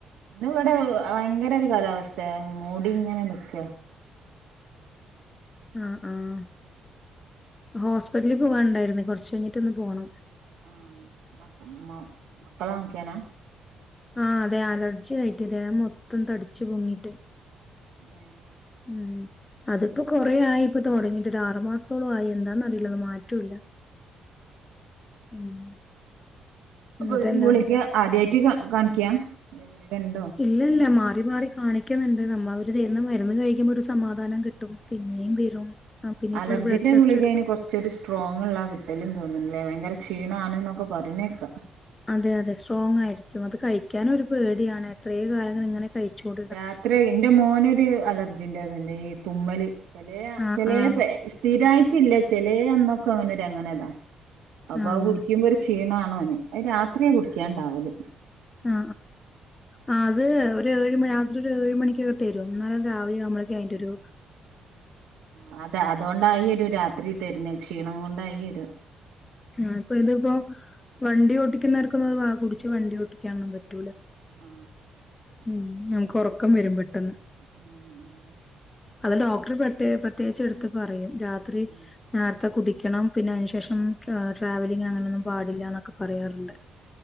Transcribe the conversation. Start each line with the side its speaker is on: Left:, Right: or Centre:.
Right: ഇന്ന് ഇവിടെ ഏഹ് ഭയങ്കര ഒരു കാലാവസ്തെ മൂടി ഇങ്ങനെ നിക്ക
Left: ആ ആഹ ഹോസ്പിറ്റലിൽ പോവാൻ ണ്ടായിരുന്നെ കൊറച്ചഴിഞ്ഞിട്ടന്ന് പോണം
Right: ആ മ മ മക്കലാനിക്കാനാ
Left: ആഹ അതെ അലർജി ആയിട്ട് ദേഹം മൊത്തം തടിച് പൊങ്ങിട്ട്
Right: ഏ
Left: ഉം അതിപ്പോ കൊറേ ആയി ഇപ്പൊ തുടങ്ങി ട്ടാറ് മാസത്തോളം ആയി എന്താന്നറിയി ങള്മാറ്റുല്ല ഉം
Right: അപ്പൊ
Left: എന്നിട്ട്
Right: ഇൻ
Left: എന്താണ്
Right: ഗുളിഗ ആദ്യായിട്ട് കാ ഗൺ ക്യാ ഉണ്ട ണ്ടോ
Left: ഇല്ലല്ല മാറി മാറി കാണിക്കുന്നുണ്ട് നമ്മ അവര് തരുന്ന മരുന്ന് കഴിക്കുമ്പോ ഒരു സമാധാനം കിട്ടും പിന്നെയും വരും ആഹ് പിന്നെ ഇപ്പൊ
Right: അലർജീന്റെ
Left: ഒരു ബ്ലഡ് ടെസ്റ്റ്
Right: ഗുളിക
Left: എടു
Right: അയിന് കൊറച്ചൊരു സ്ട്രോങ്ള്ള കിട്ടലും തോന്നുന്നി അല്ലെ ഭയങ്കര ക്ഷീണ ആണ്ന്നൊക്കെ പറയണെക്കാ
Left: അതെ അതെ സ്ട്രോങ് ആയിരിക്കും അത് കഴിക്കാനൊരു പേടിയാണ് എത്രേ കാലങ്ങൾ ഇങ്ങനെ കഴിച്ചോണ്ടിരുന്ന
Right: രാത്രി എന്റെ മോനൊരു അലർജിന്റെത്ണ്ട് ഈ തുമ്മല് ചെലേ
Left: ആഹ്
Right: ചെലേ
Left: ആഹ്
Right: സ്ഥിരായി പറ്റില്ല ചെലേ അന്നൊക്കെ അങ്ങനൊര് അങ്ങനെതാ അപ്പൊ
Left: ആഹ്
Right: ആ കുടിക്കുമ്പോ ഒരു ക്ഷീണ അന് അയ് രാത്രിയ കുടിക്കാണ്ടാവല്
Left: ആ ആ അത് ഒരു ഏഴ് മണി രാത്രിഒരു ഏഴ് മണിക്കത് തരും എന്നാലത് രാവിലആവുമ്പയ്‌ക് അയിന്റോരു
Right: ആ അതെ അതോണ്ടായി ഒരു രാത്രി തരുന്ന ക്ഷീണം കൊണ്ടായി ത
Left: ആ ഇപ്പൊ ഇതിപ്പോ വണ്ടി ഓടിക്കുന്നവർക്ക പ വാ കുടിച്ച് വണ്ടിഓട്ടിക്കാനൊന്നും പറ്റൂല
Right: ആ
Left: ഉം നമുക്ക് ഒറക്കം വരും പെട്ടന്ന്
Right: <inaudible>
Left: അത് ഡോക്ടർ പ്രത്യേ പ്രത്യേകിച്ച് എടുത്ത് പറയും രാത്രി
Right: ഉം
Left: ആ ത്തെ കുടിക്കണം പിന്നെ അതിനുശേഷം ട്രാവലിംഗ് അങ്ങനൊന്നും പാടില്ല എന്നൊക്കെ പറയാറുണ്ട്